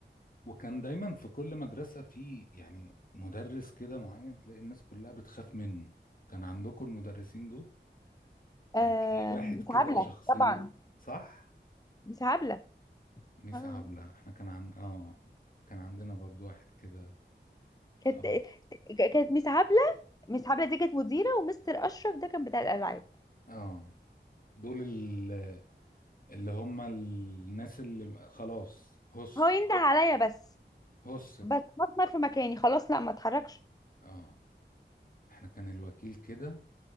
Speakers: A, on the left; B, on the left.
A: وكان دايما في كل مدرسة في يعني مدرس كده معين تلاقي الناس كلها بتخاف منه كان عندكم المدرسين دول
B: آه
A: يعني تلاقي واحد
B: مس
A: كده
B: عبله
A: شخصية
B: طبعا
A: صح
B: مس عبله
A: ميس
B: اه
A: عبلة احنا كان عن اه كان عندنا برضو واحد كده
B: كانت
A: اه
B: ك- كانت مس عبله مس عبله دي كانت مديره ومستر اشرف ده كان بتاع الالعاب
A: اه دول ال- اللي هم الناس اللي خلاص هس
B: هو ينده عليا بس
A: هس بقى
B: بس بتمر في مكاني خلاص لا ما اتحركش
A: اه احنا كان الوكيل كده